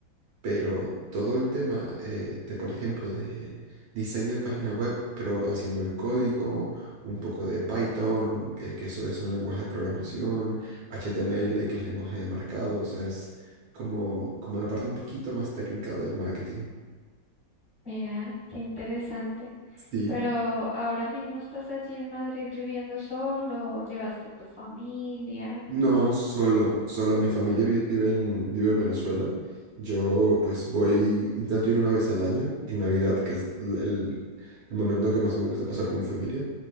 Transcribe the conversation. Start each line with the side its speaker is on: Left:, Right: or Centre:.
Right: pero todo el tema eh, de, por ejemplo, de diseño de página web, pero haciendo el código, un poco de Python, que, que eso es un lenguaje de programación, HTML, que es lenguaje de marcado, o sea, es como, como la parte un poquito más técnica del marketing.
Centre: Mira, qué interesante.
Right: Sí.
Centre: Pero ahora mismo estás allí en Madrid viviendo solo, llevaste tu familia.
Right: No, solo, solo mi familia vi- vive en, vive en Venezuela. Yo pues voy, intento ir una vez al año, en Navidad, que es l- el, el momento que más me gusta pasar con mi familia.